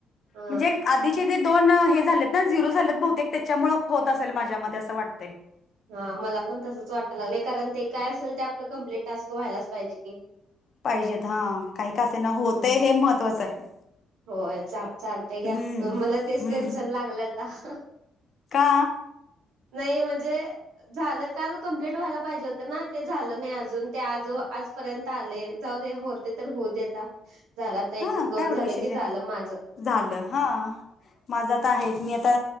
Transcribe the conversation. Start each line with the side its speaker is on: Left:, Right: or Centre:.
Right: अ
Left: म्हणजे आध दोन हे झालेत ना झिरो झालेत बहुतेक त्याच्यामुळे होत असेल माझ्या म असं वाटत.
Right: हा मला पण तसच वाटं लागलंय कारण ते काय असेल ते आपलं कम्प्लीट टास्क व्हायलाच पाहिजे की
Left: पाहिजेत हा काही कसं ना होतय
Right: हम्म
Left: हे महत्त्वाचं आहे.
Right: होय चालतय घ्या
Left: हम्म
Right: मला तेच
Left: हम्म
Right: टेन्शन लागलं आता
Left: का?
Right: नाही म्हणजे झालं काल कमप्लीट व्हायला पाहिजे होतं ना ते झालं नाही अजून ते आज आजपर्यंत आले. जाऊ दे होते तर होऊ दे आता झाला तर एक
Left: हा
Right: दोन
Left: काय एवढं
Right: झाले
Left: विशेष
Right: की झालं
Left: आहे
Right: माझ.
Left: झालं हा माझा आ तर आहे मी आता